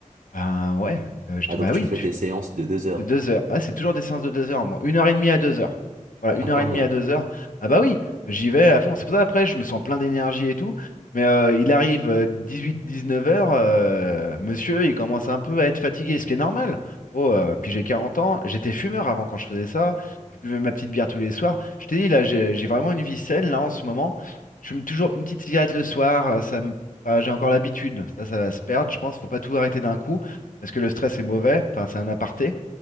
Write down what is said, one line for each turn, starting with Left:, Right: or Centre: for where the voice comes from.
Left: ben ouais, euh, je
Right: Ah,
Left: te-
Right: donc
Left: bah
Right: tu
Left: oui,
Right: fais
Left: tu,
Right: des séances de deux heures.
Left: De deux heures. Ah, c'est toujours des séances de deux heures, moi. Une heure et demie à deux heures. Voilà,
Right: Ah,
Left: une heure
Right: quand
Left: et demie
Right: même.
Left: à deux heures. Ah bah oui, j'y vais à fond. C'est pour ça, après, je me sens plein d'énergie et tout. Mais euh, il arrive 18-19 heures, euh, monsieur, il commence un peu à être fatigué, ce qui est normal. Oh, euh, puis j'ai 40 ans, j'étais fumeur avant quand je faisais ça. Je buvais ma petite bière tous les soirs. Je t'ai dit, là, j'ai j'ai vraiment une vie saine, là, en ce moment. Je fume toujours une petite cigarette le soir, euh, ça me... enfin, j'ai encore l'habitude. Ça, ça va se perdre, je pense. Faut pas tout arrêter d'un coup, parce que le stress est mauvais. Enfin, c'est un aparté.